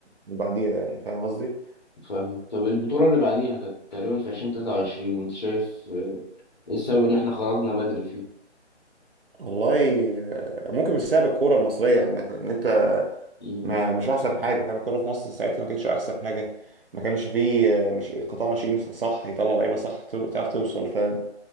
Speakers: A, on the right; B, on the left.
A: من بعديها يعني فاهم قصدي
B: فاهم طب البطولة اللي بعديها كانت تقريبا في عشرين تلاتة وعشرين أنت شايف آه، إيه السبب إن إحنا خرجنا بدري فيه؟
A: والله آه، ممكن مش سبب الكوره المصريه عامه ان انت
B: مم.
A: ما مش احسن حاجه فاهم الكوره في مصر ساعتها ما كانتش احسن حاجه ما كانش فيه آه، مش قطاع ناشئين صح يطلع لعيبه صح تو- تعرف توصل فاهم